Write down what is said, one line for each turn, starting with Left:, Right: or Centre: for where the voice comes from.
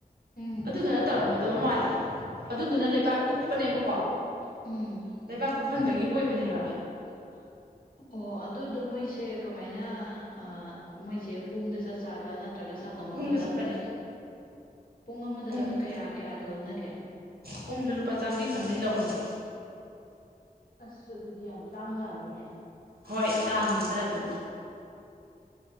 Left: ꯎꯝ
Right: ꯑꯗꯨꯗꯨꯅ ꯇꯧꯔꯝꯒꯗꯕ ꯃꯥꯜꯂꯦ ꯑꯗꯨꯗꯨꯅ ꯂꯩꯕꯥꯛ ꯀꯨꯞ ꯀꯞꯄꯅꯦꯕꯀꯣ
Left: ꯎꯝ
Right: ꯂꯩꯕꯥꯛ ꯀꯨꯞꯐꯟꯕꯒꯤ ꯑꯣꯏꯕꯅꯦꯕ
Left: <unintelligible> ꯑꯣ ꯑꯗꯨꯗꯣ ꯃꯣꯏꯁꯦ ꯀꯃꯥꯏꯅ ꯑꯥ ꯃꯣꯏꯁꯦ ꯄꯨꯡꯗ ꯆꯠ ꯆꯠꯁꯂꯥ ꯅꯠꯇ꯭ꯔꯒ ꯁꯪꯉꯝ
Right: ꯄꯨꯡꯗ
Left: ꯑꯃꯗ
Right: ꯆꯠꯄꯅꯦ
Left: ꯄꯨꯡ ꯑꯃꯗ
Right: ꯄꯨꯡꯗ
Left: ꯀꯌꯥ ꯀꯌꯥꯒ ꯂꯧꯅꯒꯦ
Right: ꯄꯨꯡꯗ ꯂꯨꯄꯥ ꯆꯥꯝꯃꯔꯤ ꯆꯥꯝꯃꯔꯤ ꯂꯧꯕꯅꯤ
Left: ꯑꯁ ꯑꯗꯨꯗꯤ ꯌꯥꯝ ꯇꯥꯡꯖꯥꯅꯤꯅꯦ
Right: ꯍꯣꯏ ꯇꯥꯡꯉꯦ ꯈꯔ ꯑꯗꯨꯝ